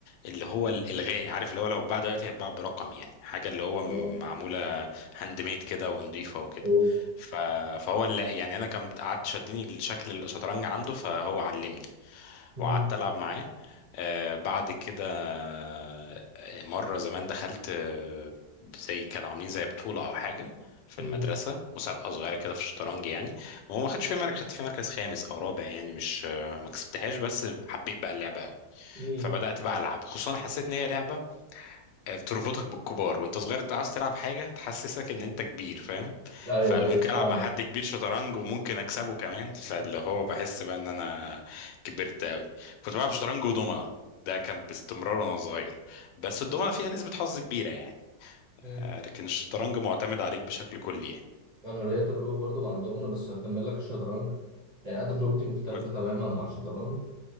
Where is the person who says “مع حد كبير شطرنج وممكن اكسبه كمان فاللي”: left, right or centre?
Left